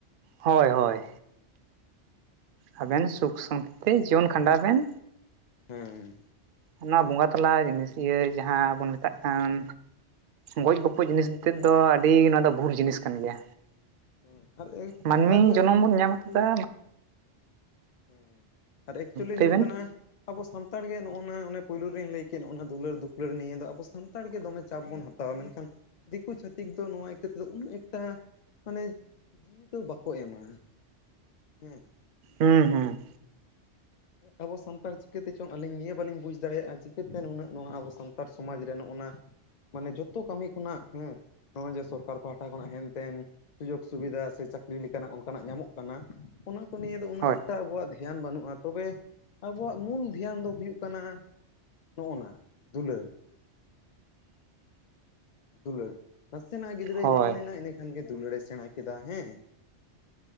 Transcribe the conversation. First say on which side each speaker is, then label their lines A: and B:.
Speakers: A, on the right; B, on the left.
A: ᱦᱚᱭ, ᱦᱚᱭ, ᱟᱹᱵᱮᱱ ᱥᱩᱠ ᱥᱟ. ᱱᱛᱤ ᱛᱮ ᱡᱤᱭᱚᱱ ᱠᱷᱟᱸᱰᱟᱣ ᱵᱮᱱ,
B: ᱦᱩᱸ,
A: ᱚᱣᱟ ᱵᱚᱸᱜᱟ ᱛᱟᱞᱟ ᱡᱤᱱᱤᱥ ᱤᱭᱟᱹ ᱡᱟᱦᱟᱸ ᱵᱚᱱ ᱢᱮᱛᱟᱜ ᱠᱟᱱ, ᱜᱚᱡ ᱜᱚᱯᱚᱡ ᱡᱤᱱᱤᱥᱛᱮᱫ ᱫᱚ ᱟᱹᱰᱤ ᱱᱚᱣᱟ ᱫᱚ ᱵᱷᱩᱞ ᱡᱤᱱᱤᱥ ᱠᱟᱱ ᱜᱮᱭᱟ᱾
B: ᱦᱮᱸ
A: ᱢᱟᱹᱱᱢᱤ
B: ᱟᱨ
A: ᱡᱚᱱᱚᱢ ᱵᱚᱱ ᱧᱟᱢ
B: ᱱᱩᱠᱩ
A: ᱠᱟᱫᱟ
B: ᱦᱮᱸ ᱟᱨ ᱮᱠᱪᱩᱭᱮᱞᱤ
A: ᱞᱟᱹᱭ
B: ᱦᱩᱭᱩᱜ
A: ᱵᱮᱱ
B: ᱠᱟᱱᱟ ᱟᱵᱚ ᱥᱟᱱᱛᱟᱲ ᱜᱮ ᱱᱚᱜᱼᱚ ᱱᱟ ᱚᱱᱟ ᱯᱳᱭᱞᱳ ᱨᱤᱧ ᱞᱟᱹᱭ ᱠᱮᱫ ᱱᱚᱜᱚᱼᱱᱟ ᱫᱩᱞᱟᱹᱲ ᱫᱩᱯᱟᱹᱲ ᱱᱤᱭᱟᱹ ᱫᱚ ᱟᱵᱚ ᱥᱟᱱᱛᱟᱲ ᱜᱮ ᱫᱚᱢᱮ ᱪᱟᱯ ᱵᱚᱱ ᱦᱟᱛ ᱛᱟᱣᱟ᱾ ᱢᱮᱱᱠᱷᱟᱱ ᱫᱤᱠᱩ ᱪᱷᱟᱹᱛᱤᱠ ᱫᱚ ᱱᱚᱣᱟ ᱤᱠᱟᱹ ᱛᱮᱫᱚ ᱩᱱᱟᱹᱜ ᱮᱠᱴᱟ ᱢᱟᱱᱮ ᱡᱤᱣᱤ ᱫᱚ ᱵᱟᱠᱚ ᱮᱢᱟ᱾ ᱦᱮᱸ,
A: ᱦᱩᱸ, ᱦᱩᱸ,
B: ᱟᱵᱚ ᱥᱟᱱᱛᱟᱲ ᱪᱤᱠᱟᱹᱛᱮ ᱪᱚᱝ ᱟᱹᱞᱤᱧ ᱱᱤᱭᱟᱹ ᱵᱟᱹᱞᱤᱧ ᱵᱩᱡᱽ ᱫᱟᱲᱮᱭᱟᱜᱼᱟ ᱪᱤᱠᱟᱹᱛᱮ ᱱᱩᱱᱟᱹᱜ ᱱᱚᱣᱟ ᱟᱵᱚ ᱥᱟᱱᱛᱟᱲ ᱥᱚᱢᱟᱡᱽ ᱨᱮ ᱱᱚᱜᱼᱚ ᱱᱟ ᱢᱟᱱᱮ ᱡᱚᱛᱚ ᱠᱟᱹᱢᱤ ᱠᱷᱚᱱᱟᱜ ᱦᱮᱸ ᱱᱚᱜᱼᱚᱭ ᱡᱮ ᱥᱚᱨᱠᱟᱨ ᱯᱟᱦᱴᱟ ᱠᱷᱚᱱᱟᱜ ᱦᱮᱱᱛᱮᱱ ᱥᱩᱡᱚᱜᱽ ᱥᱩᱵᱤᱫᱷᱟ ᱥᱮ ᱪᱟᱹᱠᱨᱤ ᱞᱮᱠᱟᱱᱟᱜ ᱚᱱᱠᱟᱱᱟᱜ ᱧᱟᱢᱚᱜ ᱠᱟᱱᱟ᱾ ᱚᱱᱟ ᱠᱚ ᱱᱤᱭᱣ ᱫᱚ ᱩᱱᱟᱹ
A: ᱦᱳᱭ
B: ᱮᱠᱴᱟ ᱟᱵᱣᱟᱜ ᱫᱷᱭᱟᱱ ᱵᱟᱹᱱᱩᱜ- ᱟ᱾ ᱛᱚᱵᱮ ᱟᱵᱚᱣᱟᱜ ᱢᱩᱞ ᱫᱷᱮᱭᱟᱱ ᱫᱚ ᱦᱩᱭᱩᱜ ᱠᱟᱱᱟ ᱱᱚᱜᱼᱱᱟ ᱫᱩᱞᱟᱹᱲ᱾ ᱫᱩᱞᱟᱹᱲ, ᱱᱟᱥᱮᱱᱟᱜ ᱜᱤᱫᱽᱨᱟᱹᱭ
A: ᱦᱳᱭ
B: ᱡᱩᱣᱟᱹᱱ ᱮᱱᱟ ᱤᱱᱟᱹ ᱠᱷᱟᱱ ᱜᱮ ᱫᱩᱞᱟᱹᱲᱮ ᱥᱮᱸᱬᱟ ᱠᱮᱫᱟ᱾ ᱦᱮᱸ,